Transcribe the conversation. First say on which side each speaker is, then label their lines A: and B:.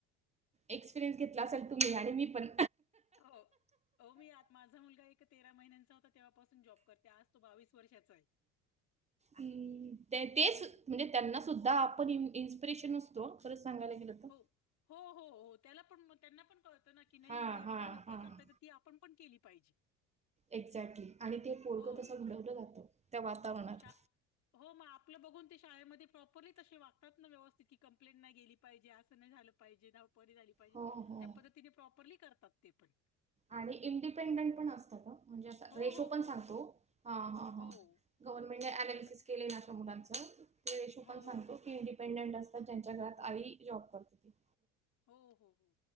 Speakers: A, on the right; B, on the left.
A: एक्सपेरियन्स घेतला असेल तुम्ही आणि मी पण.
B: हो. हो मी यात माझा मुलगा एक तेरा महिन्यांचा होता, तेव्हापासून जॉब करते. आज तो बावीस वर्षाचा आहे.
A: हम्म, तेहतीस
B: हं.
A: म्हणजे त्यांना सुद्धा आपण इंस्पिरेशन असतो, खरंच सांगायला गेलं तर.
B: हो हो हो हो, त्याला पण म त्यांना पण कळतं ना की, नाही
A: हां,
B: हे एवढे
A: हां,
B: धावपळ
A: हां.
B: करतायेत तर ती आपण पण केली पाहिजे.
A: एक्झॅक्टली,, आणि ते पोरगं
B: हो.
A: तसं घडवलं जातं, त्या वातावरणात.
B: शा हो मग, आपलं बघून ते शाळेमध्ये प्रॉपरली तसे वागतात ना व्यवस्थित की कंप्लेंट नाही गेली पाहिजे असं नाही झालं पाहिजे धावपळ नाही झाली पाहिजे,
A: हो, हो.
B: त्या पद्धतीने प्रॉपरली करतात ते पण.
A: आणि इंडिपेंडंट पण असतात हं, म्हणजे
B: हो,
A: रेशो
B: हो,
A: पण
B: हो.
A: सांगतो हा हा हां
B: हो.
A: गव्हर्नमेंटने एनालिसिस
B: आता
A: केलंय ना अशा मुलांचं, रेशो
B: हो.
A: पण सांगतो की ईनडी डिपेंडेंट असतात ज्यांच्या घरात आई जॉब करते.
B: हो हो,